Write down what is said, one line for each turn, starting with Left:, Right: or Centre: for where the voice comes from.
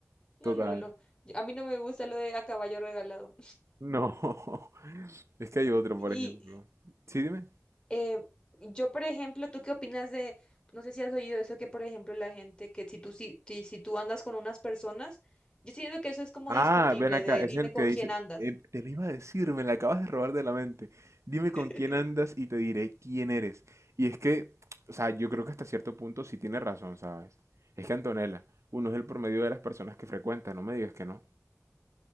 Left: No,
Right: Total.
Left: no, no, no. yo- A mí no me gusta lo de a caballo regalado.
Right: No, <laughs> es que hay otro,
Left: <laughs>
Right: por ejemplo.
Left: Y,
Right: Sí, dime.
Left: Eh, yo, por ejemplo, ¿tú qué opinas de, no sé si has oído eso, que por ejemplo la gente, que si tú, si, si, si tú andas con unas personas, yo siento que eso es como
Right: Ah,
Left: discutible,
Right: ven acá,
Left: de
Right: ese
Left: dime
Right: es el
Left: con
Right: que dice,
Left: quién andas.
Right: eh, te lo iba a decir, me la acabas de robar de la mente. Dime
Left: <laughs>
Right: con quién andas y te diré quién eres. Y es que, o sea, yo creo que hasta cierto punto sí tiene razón, ¿sabes? Es que Antonella, uno es el promedio de las personas que frecuenta, no me digas que no.